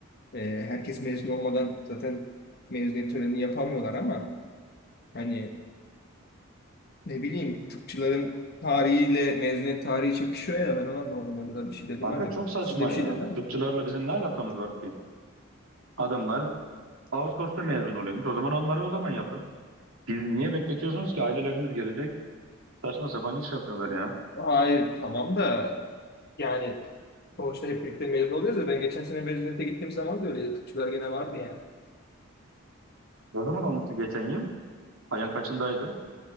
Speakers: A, on the left; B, on the right.
A: e, herkes mezun olmadan zaten mezuniyet törenini yapamıyorlar ama hani ne bileyim tıpçıların tarihiyle mezuniyet tarihi çakışıyor ya ben onu anlamadım. Hocalar bir şey dedi
B: Kanka
A: mi acaba?
B: çok saçma
A: Siz de bir
B: ya.
A: şey dediler mi?
B: Tıpçılarla bizim ne alakamız var ki? Adamlar Ağustos'ta mezun oluyormuş. O zaman onları o zaman yapın. Biz niye bekletiyorsunuz ki ailelerimiz gelecek? Saçma sapan iş yapıyorlar ya.
A: Hayır tamam da yani sonuçta hep birlikte mezun oluyoruz ya ben geçen sene mezuniyete gittiğim zaman da öyle tıpçılar gene vardı yani.
B: Ne zaman olmuştu geçen yıl? Ayın kaçındaydı?